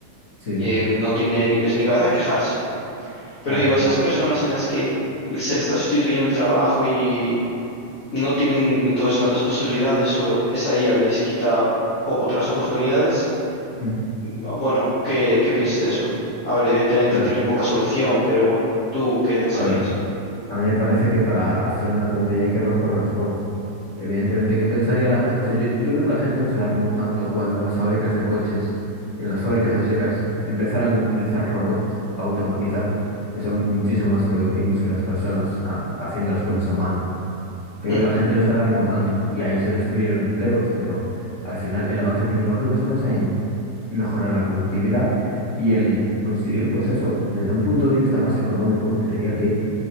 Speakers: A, on the left; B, on the left.
A: Sí,
B: eh, no tiene ni pies ni cabeza quejarse. Pero
A: claro.
B: digo, esas personas en las que se le está sustituyendo el trabajo y no tienen entonces tantas posibilidades o esa IA les quita otras oportunidades,
A: Mm.
B: no, bueno, ¿qué, qué piensas de eso? A ver, evidentemente
A: A ver,
B: tienen poca solución, pero bueno, ¿tú qué pensarías?
A: a ver. A mí me parece que para hacer una tortilla hay que romper los huevos. Evidentemente, ¿qué pensaría la gente? O sea, yo, yo creo que la gente no se alarmó tanto cuando en las fábricas de coches y en las fábricas a secas empezaron a utilizar robots automatizados, que son muchísimo más productivos que las personas ha- haciendo las cosas a mano. Yo creo
B: Mm.
A: que la gente no se alarmó tanto y ahí se destruyeron empleos, pero al final el avance tecnológico se basa en mejorar la productividad y en conseguir, pues eso, desde un punto de vista más económico, te diría que